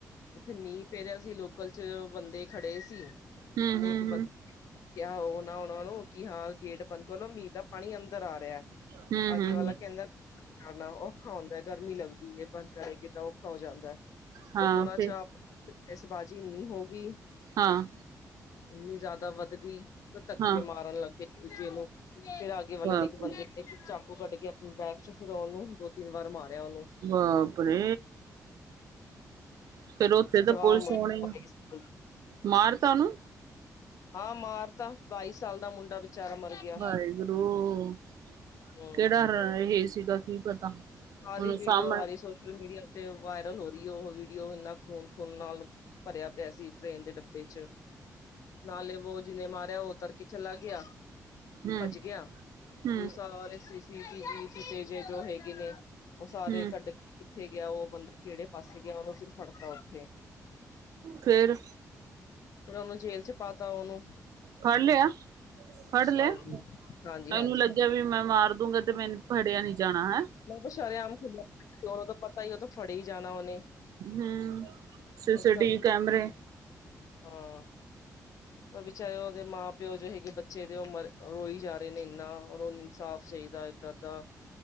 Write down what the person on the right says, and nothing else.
ਹੂੰ ਹੂੰ
ਹੂੰ
ਹੂੰ
ਹੂੰ
ਹੂੰ
ਹਾਂ
ਫਿਰ
ਹਾਂ।
ਹਾਂ
ਬਾਪ
ਬਾਪ ਰੇ! ਫੇਰ ਉਥੇ ਤਾਂ
ਪੁਲਿਸ
ਆਉਣੀ
ਮਾਰ ਤਾ ਓਨੂੰ?
ਵਾਹਿਗੁਰੂ
ਕੈੜਾ <unintelligible> ਸੀਗਾ ਕੀ ਪਤਾ।
ਹੁਣ ਸਾਹਮਣੇ
ਹੂੰ
ਹੂੰ
ਹੂੰ
ਫੇਰ?
ਫੜ ਲਿਆ ਫੜ ਲੇ
ਏਊਂ ਲੱਗਿਆ ਵੀ ਮੈਂ ਮਾਰ ਦੂੰਗਾ। ਤੇ ਮੈਨੂੰ ਫੜਿਆ ਨੀ ਜਾਣਾ ਹੈਂਅ?
ਹੂੰ ਸੀ-ਸੀ
ਟੀ-ਵੀ ਕੈਮਰੇ